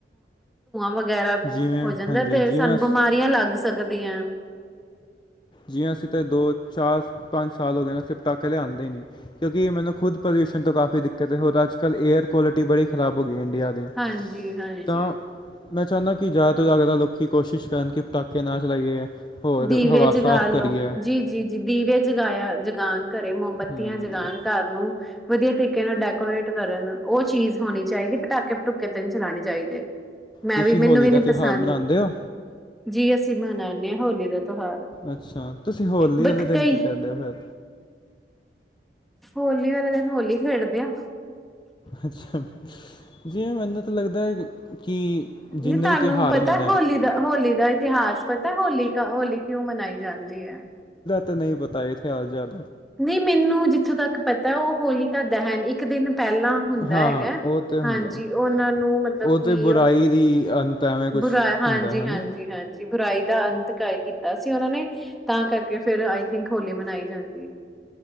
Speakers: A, in the centre; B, on the left (about 25°).
A: ਵਗੈਰਾ
B: ਜਿਵੇਂ
A: ਹੋ ਜਾਂਦਾ
B: ਹਾਂਜੀ
A: ਤੇ
B: ਜਿਵੇਂ
A: ਸਾਨੂੰ ਬਮਾਰੀਆਂ ਲੱਗ ਸਕਦੀਆਂ।
B: ਜੀ ਅਸੀਂ ਤੇ ਦੋ ਚਾਰ ਪੰਜ ਸਾਲ ਹੋ ਗਏ ਨਾ ਪਟਾਕੇ ਲਿਆਂਦੇ ਹੀ‌ ਨਹੀਂ ਕਿਉਂਕਿ ਚਲੋ ਖੁਦ ਪੋਲੂਯਸ਼ਨ ਤੋਂ ਕਾਫੀ ਦਿੱਕਤ ਏ ਉਰ ਅੱਜ ਕੱਲ ਏਅਰ ਕੁਆਲਿਟੀ ਬੜੀ ਖਰਾਬ ਹੋ ਗੀ। ਇੰਡੀਆ ਦੀ
A: ਹਾਂਜੀ ਹਾਂਜੀ
B: ਤਾਂ ਮੈਂ ਚਾਹੁੰਣਾ ਕਿ ਦੀ ਰਾਤ ਜਾਗਦਾ ਲੋਕੀ ਕੋਸ਼ਿਸ਼ ਕਰਨ ਕਿ ਪਟਾਕੇ ਨਾ ਚਲਾਈਏ- ਹੋਰ
A: ਦੀਵੇ
B: ਹਵਾ
A: ਜਗਾ
B: ਸਾਫ਼
A: ਲਓ
B: ਕਰੀਏ
A: ਜੀ ਜੀ ਬੀਵੇ ਜਗਾਇਆ ਜਗਾਨ ਘੱਰੇ ਮੋਬੱਤੀਆਂ
B: ਹੂੰ
A: ਜਗਾਣ ਘੱਰ ਨੂੰ- ਵਧੀਆ ਤਰੀਕੇ ਨਾਲ ਡੈਕੋਰੇਟ ਕਰਨ ਉਹ ਚੀਜ਼ ਹੋਣੀ ਚਾਹੀਦੀ ਪਟਾਕੇ ਪੁੱਟਕੇ ਤੇ ਨਹੀ ਚਲਾਣੇ ਚਾਹੀਦੇ। ਮੈਂ
B: ਤੁਸੀ
A: ਵੀ
B: ਹੋਲੀ
A: ਮੈਨੂੰ ਵੀ
B: ਦਾ
A: ਨੀ
B: ਤੇਓਹਾਰ
A: ਪਸੰਦ
B: ਹਾਰ ਮਨਾਂਦੇ ਓ?
A: ਜੀ ਅਸੀ ਬਣਾਨੇ ਆ ਹੋਲੀ ਦਾ ਤਿਉਹਾਰ
B: ਅੱਛਾ, ਤੁਸੀ ਹੋਲੀ
A: ਬਟ
B: ਵਾਲੇ ਦਿਨ
A: ਕਈ
B: ਕੀ ਕਰਦੇ ਓ ਫੇਰ
A: ਹੋਲੀ ਵਾਲੇ ਦਿਨ ਹੋਲੀ ਖੇਡਦੇ ਆ।
B: ਅੱਛਾ, ਜੇ ਮੈਂਨਤ ਲੱਗਦਾ ਕਿ
A: ਨਹੀਂ
B: ਜਿੰਨੇ
A: ਤੁਹਾਨੂੰ
B: ਵੀ ਤਿਉਹਾਰ
A: ਪਤਾ
B: ਹੁੰਦੇ ਨੇ-
A: ਹੋਲੀ ਦਾ ਹੋਲੀ ਦਾ ਇਤਿਹਾਸ ਪਤਾ ਹੋਲੀ ਕਿਉਂ ਮਨਾਈ ਜਾਂਦੀ ਐ?
B: ਤੇ ਨਹੀਂ ਪਤਾ ਇਹ ਤਿਹਾਰ-ਸ਼ਯਾਰ
A: ਨਹੀਂ ਮੈਨੂੰ ਜਿੱਥੋਂ ਤੱਕ ਪਤਾ ਉਹ ਹੋਲਿਕਾ ਦੈਹਨ ਇੱਕ ਦਿਨ- ਪਹਿਲਾਂ ਹੁੰਦਾ
B: ਹਾਂ
A: ਹੈਗਾ
B: ਉਹ ਤੇ ਹੁੰਦਾ
A: ਹਾਂਜੀ ਉਹਨਾਂ ਨੂੰ ਮਤਲਬ
B: ਉਹ ਤੇ
A: ਕਿ
B: ਬੁਰਾਈ ਦੀ ਅੰਤ ਐਵੇਂ ਕੁਛ
A: ਬੁਰਾ ਹਾਂਜੀ-ਹਾਂਜੀ-ਹਾਂਜੀ।
B: ਹੁੰਦਾ ਹੈ ਨਾ
A: ਬੁਰਾਈ ਦਾ ਅੰਤ ਕਾਇ ਕੀਤਾ ਸੀ ਉਹਨਾਂ ਨੇ ਤਾਂ ਕਰਕੇ ਫਿਰ ਆਈ ਥਿੰਕ ਹੋਲੀ ਮਨਾਈ ਜਾਂਦੀ।